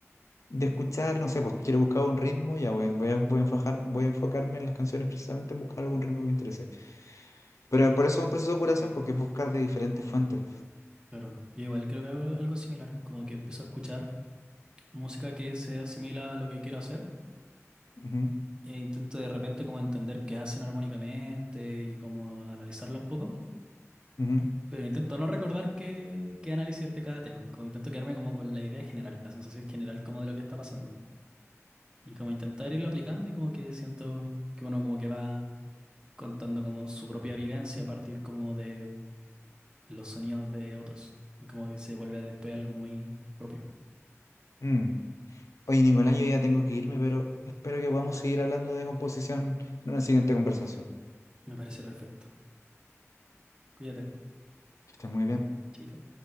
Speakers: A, on the left; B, on the right.
A: de escuchar, no sé, pues quiero buscar un ritmo, ya voy, a- voy a, voy a enfajar- voy a enfocarme en las canciones precisamente en buscar algún ritmo que me interese. Pero por eso es un proceso de curación, porque es buscar de diferentes fuentes.
B: Claro. Yo igual creo que hago algo similar, como que empiezo a escuchar. música que se asimila a lo que quiero hacer
A: Ujú,
B: e intento de repente como entender qué hacen armónicamente y como analizarlo un poco,
A: ujú,
B: pero intento no recordar qué, qué análisis de cada tema, como intento quedarme como con la idea general, la sensación general como de lo que está pasando y como intentar irlo aplicando y como que siento que uno como que va contando como su propia vivencia a partir como de los sonidos de otros y como que se vuelve después algo muy propio.
A: mm. Oye, Nicolás, yo ya tengo que irme, pero espero que podamos seguir hablando de composición en una siguiente conversación.
B: Me parece perfecto. Cuídate,
A: Que estés muy bien.
B: chaito.